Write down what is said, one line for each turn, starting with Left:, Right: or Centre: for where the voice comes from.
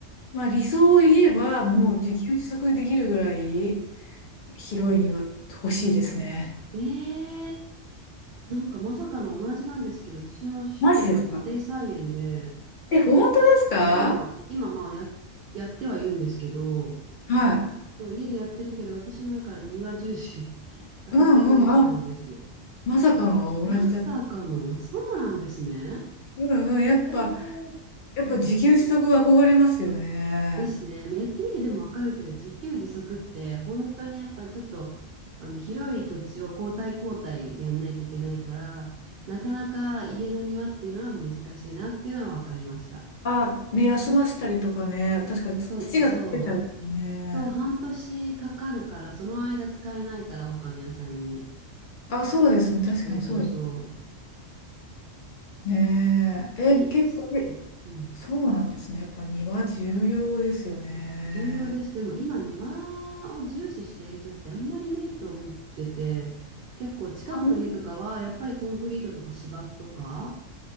Left: まあ、理想を言えば、もう自給自足できるぐらい
Right: うん。
Left: 広い庭欲しいですね。
Right: ええーなんかまさかの同じなんですけど、私も趣味が家庭菜園で、
Left: マジですかえ、本当ですか
Right: そう今、今まあや、やってはいるんですけど、
Left: はい。
Right: そう家でやってるけど、私もだから庭重視、<laughs> 畑重視なんですよ。
Left: うんうん。あ、まさかの同じだ。
Right: まさかの、そうなんですね。
Left: うんうん。やっぱ、
Right: ええーうん。
Left: やっぱ自給自足は憧れますよね。
Right: ですね。まあやってみてでもわかるけど、自給自足って本当にやっぱちょっとあの広い土地を交代交代やんないといけないから、なかなか家の庭っていうのは難しいなっていうのはわかりました。
Left: あ、ね、休ませたりとかね、確かにつ土が溶けちゃうね。
Right: そう、そう、そう、半年かかるから、その間使えないから他の野菜に。
Left: あ、そうですね、確かにそうです
Right: そうそうそ
Left: ね。え、
Right: う。え、
Left: 結構、
Right: そっか。
Left: え
Right: うん。
Left: そうなんですね。やっぱ庭重要ですよね。
Right: 重要です。でも今庭を重視している人ってあんまりいないと思ってて、結構近くの家とかはやっぱりコンクリートとか芝生とか
Left: あ、ほんと